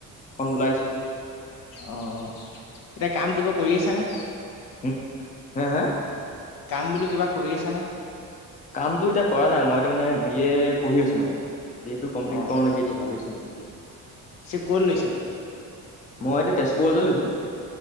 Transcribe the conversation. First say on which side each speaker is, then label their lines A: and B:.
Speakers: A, on the left (about 25°); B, on the left (about 75°).
A: অকন ওলাই আইছোঁ।
B: অ', এতিয়া কাম কিবা কৰি আছানে?
A: উম হা হা
B: কাম বোলো কিবা কৰি আছা নে?
A: কামতো এতিয়া কৰা নাই মই তা মানে বি এ পঢ়ি আছোঁ <unintelligible> বি এটো কমপ্লিট
B: অ
A: কৰোঁ নেকি এইটো ভাবিছোঁ মানে। <inaudible>
B: পিছে ক লৈছা?
A: মই এতিয়া তেজপুৰতে লৈছোঁ।